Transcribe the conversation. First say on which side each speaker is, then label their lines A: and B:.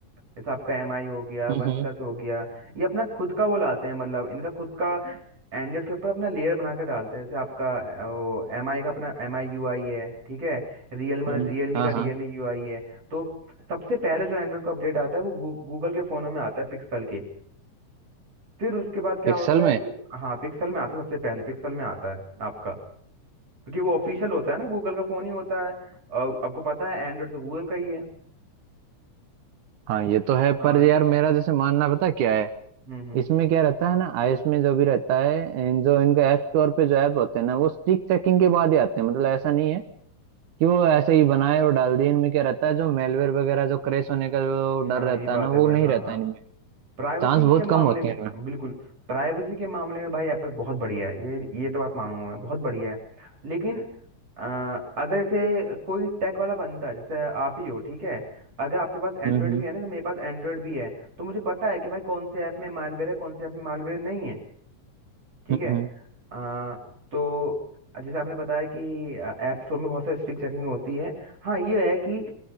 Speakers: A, on the right (about 55°); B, on the right (about 80°).
A: जैसे आपका एम आई हो गया
B: हम्म
A: वन
B: हम्म
A: प्लस हो गया ये अपना खुद का वो लाते हैं मतलब इनका खुद का एंड्रॉइड के ऊपर अपना लेयर बना कर डालते हैं जैसे आपका अ, वो एम आई का अपना एम आई यू आई है ठीक है रियलमी
B: हम्म,
A: रियलमी
B: हाँ
A: का
B: हाँ
A: रियलमी यू आई है तो सबसे पहले जो एंड्रॉइड का अपडेट आता है वो गूगल के फ़ोनों में आता है पिक्सल के फिर उसके बाद क्या
B: पिक्सल
A: होता
B: में
A: है जो हाँ पिक्सल में आता है सबसे पहले पिक्सल में आता है आपका क्योंकि वो ऑफिशियल होता है ना गूगल का फ़ोन ही होता है और आपको पता है एंड्रॉइड तो गूगल का ही है
B: हाँ ये तो है
A: हाँ
B: पर यार
A: ये
B: मेरा
A: है
B: जैसे मानना पता क्या है
A: हम्म हम्म
B: इसमें क्या रहता है ना आईएएस में जो भी रहता है इन जो इनका ऐप स्टोर पे जो ऐप होते हैं ना वो स्टिक चेकिंग के बाद ही आते हैं मतलब ऐसा नहीं है कि वो ऐसे ही बनाए और डाल दिए इनमें क्या रहता है जो मेलवेयर वगैरह जो क्रैश होने का जो डर
A: हाँ
B: रहता
A: ये बात
B: है ना वो
A: है भाई
B: नहीं
A: हाँ
B: रहता
A: हाँ
B: इनमें
A: प्राइवेसी
B: चांस बहुत
A: के मामले
B: कम होती
A: में
B: है इनमें
A: बिल्कुल प्राइवेसी के मामले में भाई एप्पल बहुत बढ़िया है ये ये तो बात मानूंगा मैं बहुत बढ़िया है लेकिन अ, अगर जैसे कोई टेक वाला बंदा जैसे आप ही हो ठीक है अगर आपके पास एंड्रॉयड
B: हम्म हम्म
A: भी है ना जैसे मेरे पास एंड्रॉयड भी है तो मुझे पता है कि भाई कौन से ऐप में मालवेयर है कौन से ऐप में मालवेयर नहीं है ठीक
B: हम्म
A: है
B: हम्म।
A: अ, तो जैसे आपने बताया कि ऐप स्टोर में बहुत सारी स्ट्रिक्ट चेकिंग होती है हाँ ये है कि